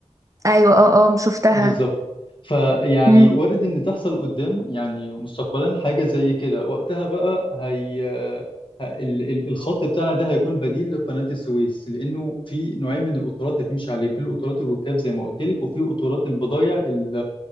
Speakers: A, on the right (about 25°); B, on the left (about 45°).
A: ايوه اه اه شفتها
B: بالظبط فيعني
A: مم.
B: وارد ان تحصل قدام يعني مستقبلا حاجه زي كده وقتها بقى هي ه- ال- ال- الخط بتاعنا ده هيكون بديل لقناه السويس لانه في نوعين من القطارات هتمشي عليه في القطارات الركاب زي ما قلت لك وفي قطارات البضايع ال-